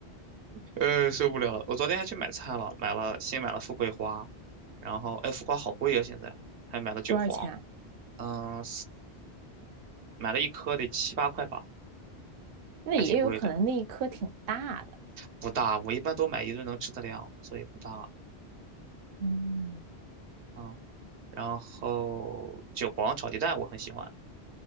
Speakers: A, on the right; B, on the right.
A: 呃，受不了了，我昨天还去买菜了，买了新买了富贵花，然后哎，富贵花好贵啊，现在还买了韭黄，
B: 多少钱啊？
A: 嗯、买了一颗得七八块吧，
B: 那也有可能那一颗挺大的。
A: 还挺贵的，不大。我一般都买一顿能吃的量，所以不大。
B: 嗯。
A: 嗯，然后韭黄炒鸡蛋我很喜欢。